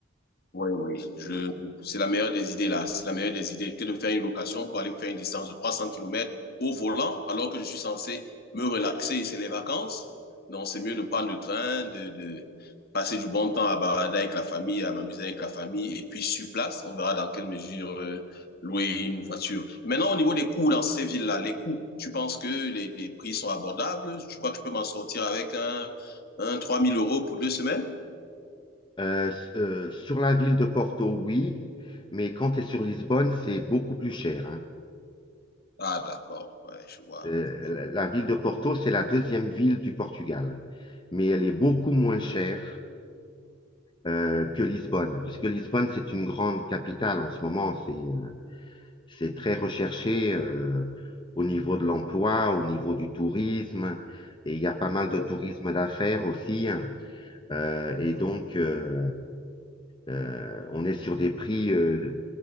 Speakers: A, on the left; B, on the left.
A: Oui, oui. Je... C'est la meilleure des idées, là. C'est la meilleure des idées que de faire une location pour aller faire une distance de 300 kilomètres au volant, alors que je suis censé me relaxer et c'est les vacances. Donc, c'est mieux de prendre le train, de, de passer du bon temps à barader avec la famille, à m'amuser avec la famille. Et puis, sur place, on verra dans quelle mesure euh, louer une voiture. Et maintenant, au niveau des coûts dans ces villes-là, les coûts, tu penses que les, les prix sont abordables? Tu crois que je peux m'en sortir avec un, un trois mille euros pour deux semaines?
B: Euh, s- euh, sur la ville de Porto, oui, mais quand tu es sur Lisbonne, c'est beaucoup plus cher, hein.
A: Ah, d'accord, ouais, je vois,
B: Euh,
A: je vois.
B: la, la ville de Porto, c'est la deuxième ville du Portugal, mais elle est beaucoup
A: Oui,
B: moins chère euh, que Lisbonne, parce que Lisbonne, c'est une grande capitale en ce moment, c'est euh, c'est très recherché euh, au niveau de l'emploi, au niveau du tourisme, et il y a pas mal
A: oui,
B: de tourisme d'affaires aussi. hein. Euh,
A: oui,
B: et donc, euh, euh, on est sur des prix euh,